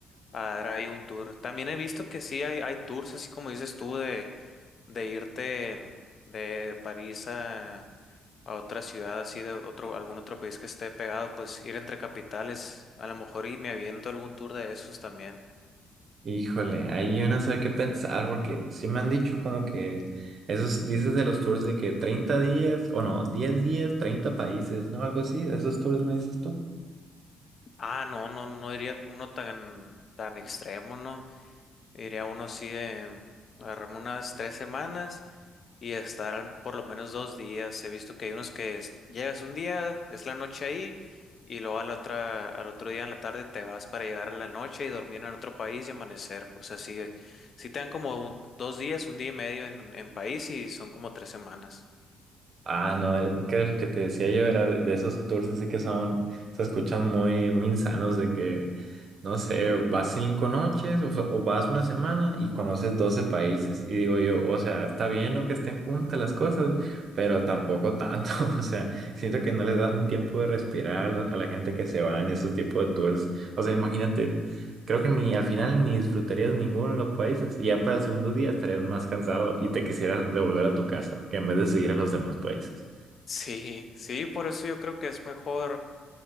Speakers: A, on the left; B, on the right.
A: a dar ahí un tour. También he visto que sí hay, hay tours, así como dices tú, de de irte de París a, a otra ciudad así de otro, algún otro país que esté pegado, pues ir entre capitales, a lo mejor y me aviento algún tour de esos también.
B: Híjole, ahí yo no sé qué pensar, porque sí me han dicho como que esos, dices de los tours de que 30 días, o no, 10 días, 30 países, ¿no? Algo así, de esos tours me dices tú.
A: Ah, no, no, no iría uno tan, tan extremo, ¿no? Iría uno así de agarrarme unas tres semanas y estarán por lo menos dos días. He visto que hay unos que es- llegas un día, es la noche ahí, y luego a la otra, al otro día en la tarde te vas para llegar a la noche y dormir en el otro país y amanecer. O sea, sí, sí te dan como un- dos días, un día y medio en, en país y son como tres semanas.
B: Ah, no, el- es que de los que te decía yo era de de esos tours así que son, se escuchan muy, muy insanos de que, no sé, vas cinco noches o, o vas una semana y conoces 12 países. Y digo yo, o sea, está bien, ¿no? Que estén juntas las cosas, pero tampoco tanto. <laughs> O sea, siento que no les dan tiempo de respirar a, la a la gente que se va en esos tipos de tours. O sea, imagínate Creo que ni al final ni disfrutarías ninguno de los países y ya para el segundo día estarías más cansado y te quisieras devolver a tu casa que en vez de seguir a los demás países.
A: Sí, sí, por eso yo creo que es mejor